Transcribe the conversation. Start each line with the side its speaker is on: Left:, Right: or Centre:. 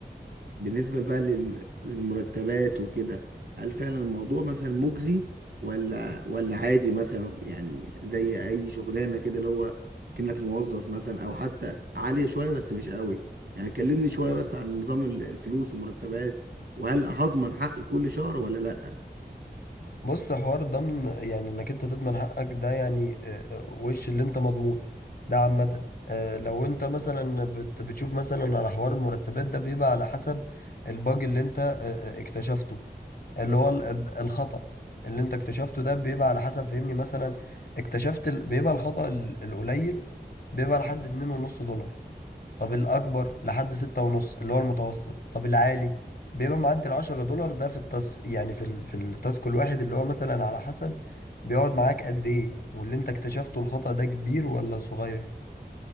Right: بالنسبة بقى للم- للمرتبات وكده هل فعلا الموضوع مثلا مجزي ولا ولا عادي مثلا يعني زي أي شغلانة كده اللي هو كأنك موظف مثلا أو حتى عالية شوية بس مش قوي يعني كلمني شوية بس عن نظام ال- الفلوس ومرتبات وهل هضمن حقي كل شهر ولا لا
Left: بص حوار ضمن يعني انك انت تضمن حقك ده يعني آه، آه، وش اللي انت مضمون ده عامة آه، لو انت مثلا بت- بتشوف مثلا على حوار المرتبات ده بيبقى على حسب الباج اللي انت آه، آه، اكتشفته اللي هو ال- ال- الخطأ اللي انت اكتشفته ده بيبقى على حسب فهمني مثلا اكتشفت ال- بيبقى الخطأ ال- القليل بيبقى لحد اتنين ونص دولار طب الأكبر لحد ستة ونص اللي هو المتوسط طب العالي بيبقى معدي العشرة دولار ده في التاس يعني في ال... في التاسك الواحد اللي هو مثلا على حسب بيقعد معاك قد إيه واللي أنت اكتشفته الخطأ ده كبير ولا صغير